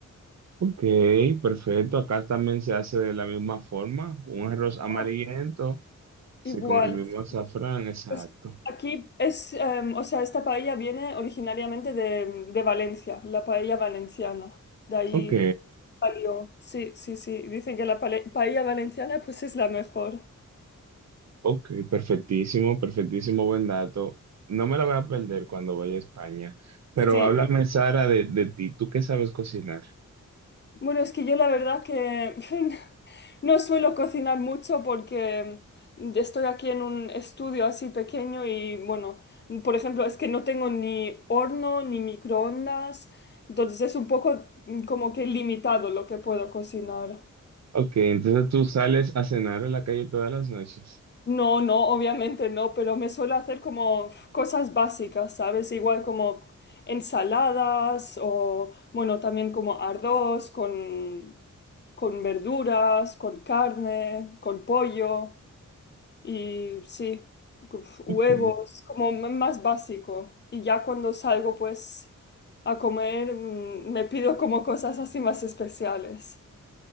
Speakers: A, on the right; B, on the left.
A: ok, perfecto. Acá también se hace de la misma forma. Un arroz amarillento,
B: Ah,
A: sí,
B: Igual,
A: con el mismo azafrán, exacto.
B: pues aquí es, em, o sea, esta paella viene originariamente de, de Valencia, la paella valenciana. De ahí.
A: Ok,
B: Palio. Sí, sí, sí. Dicen que la pale- paella valenciana pues es la mejor.
A: ok, perfectísimo, perfectísimo, buen dato. No me la voy a perder cuando vaya a España. Pero
B: Sí.
A: háblame, Sara, de, de ti. ¿Tú qué sabes cocinar?
B: Bueno, es que yo la verdad que <laughs> no suelo cocinar mucho porque estoy aquí en un estudio así pequeño y bueno, por ejemplo, es que no tengo ni horno ni microondas, entonces es un poco mm, como que limitado lo que puedo cocinar.
A: Ok, entonces tú sales a cenar a la calle todas las noches.
B: No, no, obviamente no, pero me suelo hacer como cosas básicas, ¿sabes? Igual como ensaladas o, bueno, también como arroz con, con verduras, con carne, con pollo y sí, uf, huevos,
A: Ok.
B: como m- más básico. Y ya cuando salgo pues a comer, mm, me pido como cosas así más especiales.